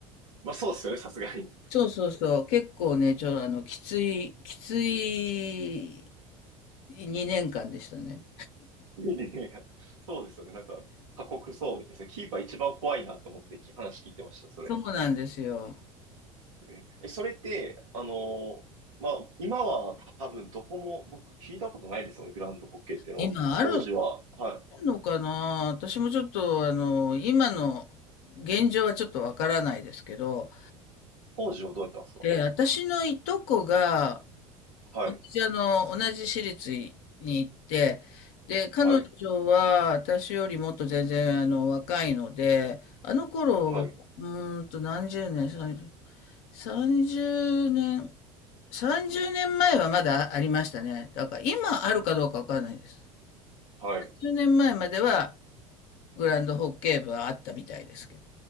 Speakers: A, on the right (about 70°); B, on the left (about 50°).
A: まあそうですよね、さすがに。
B: そうそうそう。結構ね、ちょ、あの、きつい、きつい2年間でしたね。
A: <laughs> そうですよね、なんか、過酷そうですね。キーパー一番怖いなと思ってき話聞いてました、それ。
B: そうなんですよ。
A: え、えそれって、あのーまあ、今は多分どこも僕聞いたことないですよね、グラウンドホッケーっていうのは。
B: 今ある
A: 当時は、はい。
B: のかな私もちょっと、あの、今の現状はちょっとわからないですけど、
A: 当時はどうやったんですか
B: で、私のいとこが、
A: はい、
B: 同じ、あの、同じ私立に行って、で、彼女は私よりもっと全然、
A: はい、
B: あの、若いので、あの頃、
A: はい、
B: うーんと何十年、30 30年、30年前はまだありましたね。だから今あるかどうかわかんないです。
A: はい。
B: 30年前まえまではグランドホッケー部はあったみたいですけど、